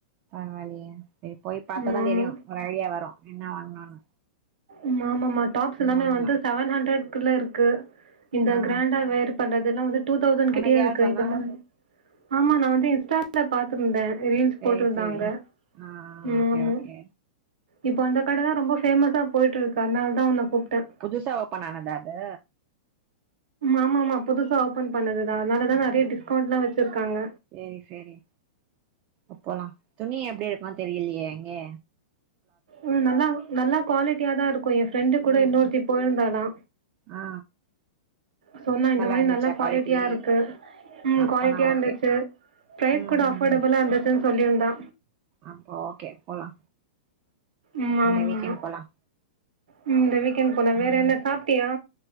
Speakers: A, on the right (about 35°); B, on the right (about 80°).
A: பரவாயில்லையே சரி போய் பாத்தாதா
B: ம் ஆமா
A: தெரியு ஒரு ஐடியா வரு என்ன வாங்லான்னு
B: ம் ஆம் ஆமா டாப்ஸ் எல்லாமே
A: வாங்கலா
B: வந்து செவன் ஹண்ட்ரட்குள்ள இருக்கு இந்த
A: ஆ
B: கிராண்டா வேர் பண்றதுல்லா வந்து டூ தௌசண்ட்
A: உனக்கு
B: கிட்டயே
A: யார்
B: இருக்கு
A: சொன்னா
B: இதல்ல வந் ஆமா நா வந்து இன்ஸ்டால டால பாத்திருந்த ரீல்ஸ்
A: சரி
B: போட்டிருந்தாங்க
A: சரி ஆ
B: ம்
A: ஓகே
B: ஆமா
A: ஓகே
B: இப்ப அந்த கடதா ரொம்ப ஃபேமஸ்ஸா போயிட்டு இருக்கு அதனால தா உன்ன கூப்டே
A: புதுசா ஓப்பன் ஆனதா அது
B: ஆமாமா புதுசா ஓப்பன் பண்ணதுதா அதனாலதா
A: ம்
B: நெறையா டிஸ்கவுண்ட்ல்லா வெச்சுருக்காங்க
A: சேரி சேரி அப்போலா துணி எப்டி எடுக்கனுனு தெரிலயே அங்கே
B: ம் நல்லா நல்லா குவாலிட்டியாதா இருக்கு என் ஃப்ரெண்டு கூட
A: ம்
B: இன்னொருத்தி போயிருந்தாலா
A: ஆ
B: சொன்னா இந்த மாரி
A: இருந்துச்சா
B: நல்லா குவாலிட்டியா
A: குவாலிட்டி
B: இருக்கு ம்
A: அப்பனா
B: குவாலிட்டியா
A: ஓகே
B: இருந்துச்சு ப்ரைஸ்
A: ம்
B: கூட அஃபோர்டபுளா
A: ம்
B: இருந்தசுன் சொல்லிருந்தா
A: அப்போ ஓகே போலா
B: ம் ஆமா
A: இந்த வீக்கெண்ட்
B: ஆமா
A: போலா
B: ம் இந்த வீக்கெண்ட் போனா வேற
A: ம்
B: என்ன சாப்ட்டியா